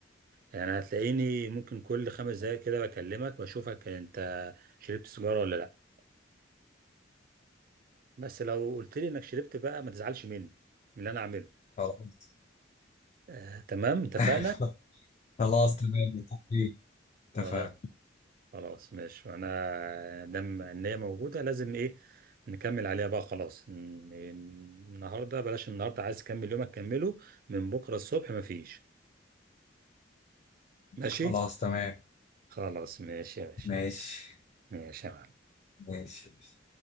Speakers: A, on the right; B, on the left.
A: يعني هتلاقيني ممكن كل خمس دقايق كده بكلمك واشوفك انت شربت سيجارة ولا لا بس لو قلت لي انك شربت بقى ما تزعلش مني من اللي انا عامله
B: خلاص
A: آه، تمام اتفقنا
B: <laughs> خلاص تمام متفقين
A: خلاص
B: اتفقنا
A: خلاص ماشي انا دام ان هي موجوده لازم ايه نكمل عليها بقى خلاص ن- النهارده بلاش النهارده عايز تكمل يومك كمله من بكره الصبح مفيش ماشي
B: خلاص تمام
A: خلاص ماشي يا باشا
B: ماشي
A: ماشي يا معلم
B: ماشي